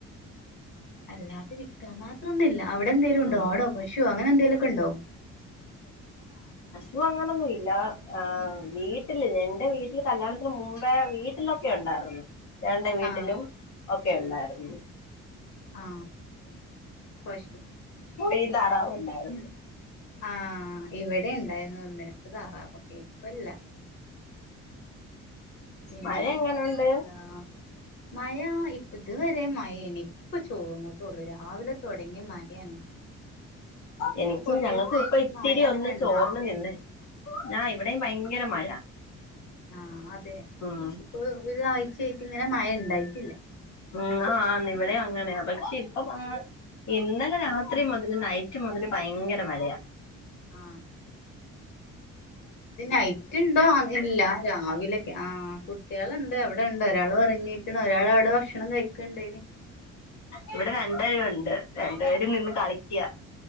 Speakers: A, on the left; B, on the left.
A: അല്ലാത്ത വിൽക്കാൻ മാത്രം ഒന്നൂല്ല. അവിടെ എന്തേലും ഉണ്ടോ
B: ഉം
A: ആടോ പശോ അങ്ങനെ എന്തേലും ഒക്കെ ഉണ്ടോ?
B: ഇവ അങ്ങനൊന്നുല്ല. വീട്ടില് എന്റെ വീട്ടില് കല്യാണത്തിന് മുമ്പേ വീട്ടിലൊക്കെയുണ്ടാ യിരുന്നു. ചേട്ടൻ്റെ വീട്ടിലും
A: ആ
B: ഒക്കെ ഉണ്ടായിരുന്നു.
A: ആ പശു
B: കോയിം താറാവുണ്ടായിരുന്നു.
A: ആ ഇവിടെ ഉണ്ടായിരുന്നു ഒന്നിരണ്ട് താറാവൊക്കെ. ഇപ്പല്ല പിന്നെ
B: മഴ എങ്ങനെ ഉണ്ട്
A: ആഹ് മഴ ഇപ്പ ഇതുവരെ മഴേണ് ഇപ്പൊ ചോർന്നട്ടുള്ളു. രാവിലെ തുടങ്ങിയ മഴയാണ്.
B: എനിക്കും
A: ഇപ്പൊ കൊറച്ചീസായിട്ട്
B: ഞങ്ങൾക്കും ഇപ്പ ഇത്തിരി
A: മഴ അങ്ങനെ
B: ഒന്ന്
A: ഇണ്ടാവലില്ല
B: ചോർന്ന് നിന്നേ ആ ഇവിടെയും ഭയങ്കര മഴ.
A: ആ അതെ
B: ഉം
A: ഇപ്പൊ ഒരാഴ്ചയായിട്ട് ഇങ്ങനെ മഴ ഉണ്ടായിട്ടില്ല.
B: ഉം ആന്ന് ഇവിടെം അങ്ങനെയാ. അതൊക്കെ ഇപ്പ ആ ഇന്നലെ രാത്രി മുതൽ നൈറ്റ് മുതൽ ഭയങ്കര മഴയാ.
A: ആ നൈറ്റ് ഉണ്ടോ അ ഇല്ല രാവിലൊക്കെ ആ ആ കുട്ടികളുണ്ട് അവിടെണ്ട് ഒരാള് ഉറങ്ങിയേക്കണ്. ഒരാള് അവിടെ ഭക്ഷണം കഴിക്കണ്ടേനി
B: ഇവിടെ രണ്ടുപേരും ഉണ്ട്. രണ്ടു പേരും നിന്ന് കളിക്ക.